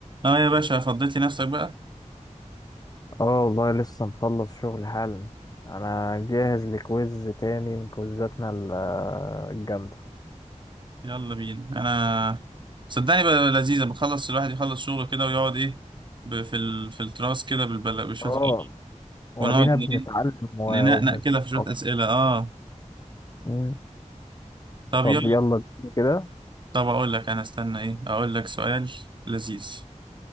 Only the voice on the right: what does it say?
اه يا باشا فضيت لي نفسك بقى
يلا بينا انا صدقني بقى لذيذه بخلص الواحد يخلص شغله كده ويقعد ايه ب- في ال... في التراس كده بالبلا بشويه
ونقعد
ايه
ننقنق
كده في شويه اسئله اه
طب
يلا
طب اقول لك انا استنى ايه اقول لك سؤال لذيذ